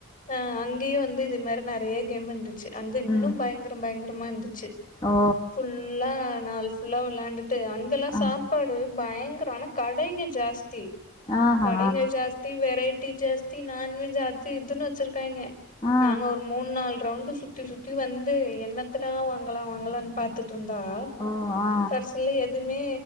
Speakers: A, on the left; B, on the left.
A: அ அங்கேயு வந்து இது மாரி நெறைய கேம் இருந்துச்சு அங்க இன்னு
B: ம்
A: பயங்கரம் பயங்கரமா இருந்துச்சு
B: ஓ
A: ஃபுல் ல்லா நாள் ஃபுல்லா விளாண்டுட்டு அங்கெல்லா
B: ஆ
A: சாப் பாடு பயங்கரொ ஆனா கடைங்க ஜாஸ்தி
B: ஆஹா
A: கடைங்க ஜாஸ் தி வெரைட்டி ஜாஸ்தி நான் வெஜ் அது இதுன்னு வச்சிருக்காங்கே
B: ஆ
A: நாங்க ஒரு மூணு நால் ரவுண்டு சுத்தி சுத்தி வந்து என்னத்தட்டா வாங்கலா வாங்கலானு பாத்துட்டுருந்தா
B: ஓ ஆ
A: கடசிலே எதுவுமே